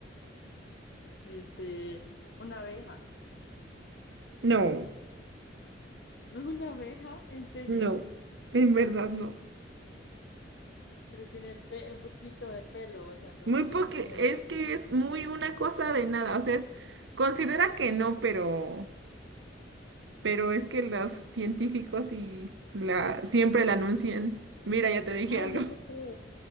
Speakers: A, on the left (about 60°); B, on the right (about 75°).
A: Este, una abeja.
B: No,
A: No es una abeja, en serio.
B: no. En verdad no.
A: Pero tiene pe- un poquito de pelo, o sea, no,
B: Muy porque
A: no entiendo.
B: es que es muy una cosa de nada, o sea, es- considera que no, pero pero es que los científicos y la siempre la anuncian. Mira, ya te dije
A: Ay,
B: algo.
A: ya sé qué es.